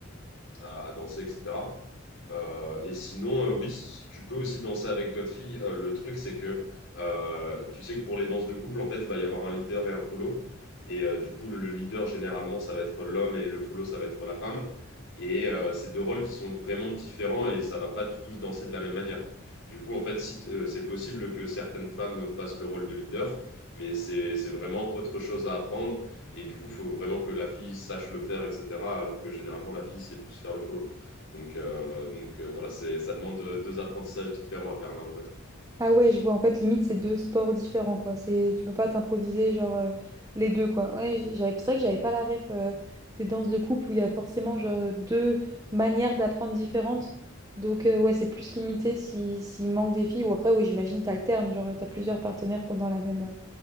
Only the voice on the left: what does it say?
à, à danser, etc. Euh, et sinon, euh, oui, tu peux aussi danser avec d'autres filles. Euh, le truc, c'est que euh, tu sais que pour les danses de couple, en fait, va y avoir un leader et un follow. Et euh, du coup, le le leader, généralement, ça va être l'homme et le follow, ça va être la femme. Et euh, c'est deux rôles qui sont vraiment différents et ça va pas du tout se danser de la même manière. Du coup, en fait, si, euh, c'est possible que certaines femmes fassent le rôle de leader, mais c'est c'est vraiment autre chose à apprendre. Et du coup, il faut vraiment que la fille sache le faire, etc. Alors que généralement, la fille sait plus faire le follow. Donc, euh, donc euh, voilà, c'est, ça demande de- deux apprentissages différents à faire l'un ou l'autre.